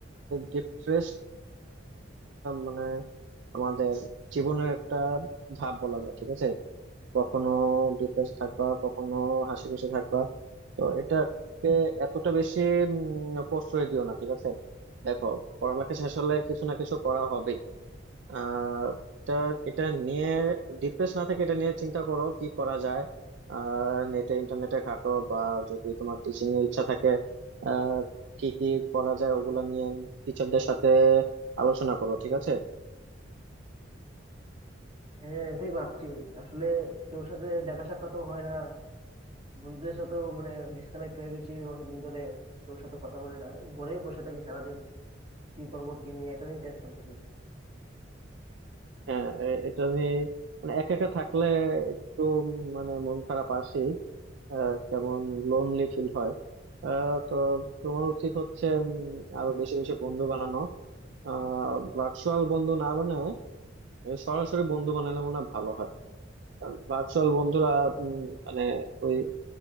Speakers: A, on the right (about 70°); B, on the right (about 35°).
A: ডিপ্রেস মানে আমাদের জীবনের একটা ধাপ বলা যায় ঠিক আছে কখনো ডিপ্রেস থাকবা কখনো হাসি খুশি থাকবা তো এটাকে এতটা বেশি উম, প্রশ্রয় দিও না ঠিক আছে দেখো পড়ালেখা শেষ হলে কিছু না কিছু করা হবে আহ এটা এটা নিয়ে ডিপ্রেস না থাকে এটা নিয়ে চিন্তা করো কি করা যায় আর নেটে ইন্টারনেটে ঘাটো বা যদি তোমার টিচিং এর ইচ্ছা থাকে আহ কি কি করা যায় ওগুলো নিয়ে টিচারদের সাথে আলোচনা করো ঠিক আছে
B: হ্যাঁ এটাই ভাবছি আসলে কেউ সাথে দেখা সাক্ষাৎ হয় না বন্ধুদের সাথেও মানে ডিসকানেক্ট হয়ে গেছি অনেকদিন ধরে কেউ সাথে কথা বলে না এই ঘরেই বসে থাকি সারাদিন কি করব কি নিয়ে এটা নিয়ে টেনশন থাকি
A: হ্যাঁ এ- এটা আমি মানে একা একা থাকলে একটু উম মানে মন খারাপ আসি আহ, কেমন লোনলি ফিল হয় আহ, তো তোমার উচিত হচ্ছে উম, আরো বেশি বেশি বন্ধু বানানো আহ ভার্চুয়াল বন্ধু না বানায় এ সরাসরি বন্ধু বানালে মনে হয় ভালো হয় কারণ ভার্চুয়াল বন্ধুরা উম, মানে ওই